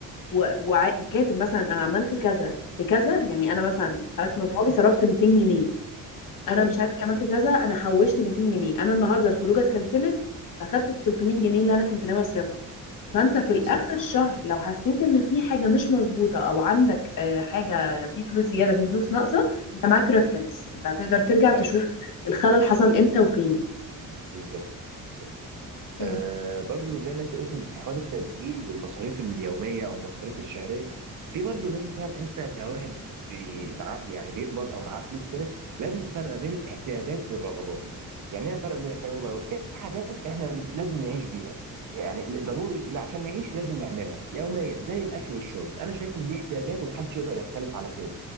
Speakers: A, on the left; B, on the right.
A: وكاتب مثلا انا عملت كذا في كذا يعني انا مثلا خرجت
B: مم.
A: مع صحابي صرفت 200 جنيه انا
B: ايوه
A: مش عارف إيه، عملت كذا انا حوشت 200 جنيه انا النهارده الخروجه اتكنسلت فاخدت ال 300 جنيه اللي انا كنت ناوي اصرفها فانت في
B: بالظبط
A: الاخر الشهر لو حسيت ان في حاجه مش مظبوطه او عندك آه، حاجه في فلوس زياده في فلوس ناقصه انت معاك ريفرنس انت هتقدر ترجع تشوف
B: ايوه
A: الخلل حصل امتى وفين
B: بالظبط بالظبط
A: مم.
B: آه برضو زي ما انت قلت حوار التسجيل والمصاريف اليوميه او المصاريف الشهريه في برضو لازم تعرف انت كواحد بي- معاه يعني بيقبض او معاه فلوس كده لازم تفرق ما بين الاحتياجات والرغبات يعني ايه الفرق بين الاحتياجات والرغبات في حاجات احنا لازم نعيش بيها يعني ضروري لا عشان نعيش لازم نعملها يوميا زي الاكل والشرب انا شايف ان دي احتياجات ومحدش يقدر يختلف على كده